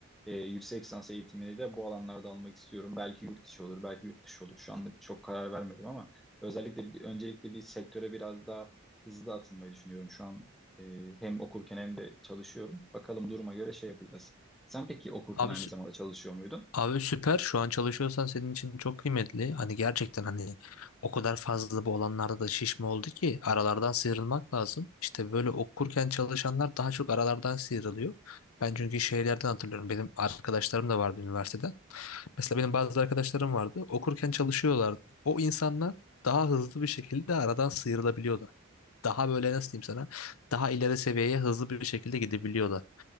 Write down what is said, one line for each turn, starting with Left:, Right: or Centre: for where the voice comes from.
Centre: e, yüksek lisans eğitimini de bu alanlarda almak istiyorum. Belki yurt içi olur, belki yurt dışı olur. Şu anlık çok karar vermedim ama Özellikle bir- öncelikle bir sektöre biraz daha hızlı atılmayı düşünüyorum. Şu an e, hem okurken hem de çalışıyorum. Bakalım duruma göre şey yapacağız. Sen peki okurken
Left: <laughs> Abi
Centre: aynı zamanda çalışıyor muydun?
Left: Abi süper. Şu an çalışıyorsan senin için çok kıymetli. Hani gerçekten hani o kadar fazla bu olanlarda da şişme oldu ki aralardan sıyrılmak lazım. İşte böyle okurken çalışanlar daha çok aralardan sıyrılıyor. Ben çünkü şeylerden hatırlıyorum. Benim arkadaşlarım da vardı üniversitede. Mesela benim bazı arkadaşlarım vardı. Okurken çalışıyorlardı. O insanlar daha hızlı bir şekilde aradan sıyrılabiliyordu daha böyle nasıl diyeyim sana daha ileri seviyeye hızlı bir şekilde gidebiliyorlar.